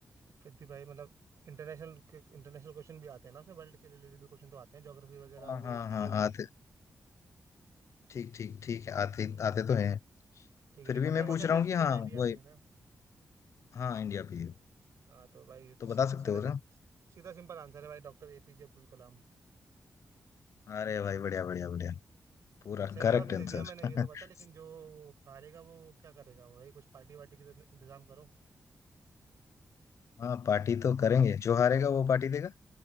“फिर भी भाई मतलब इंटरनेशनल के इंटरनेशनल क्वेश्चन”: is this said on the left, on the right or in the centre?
Right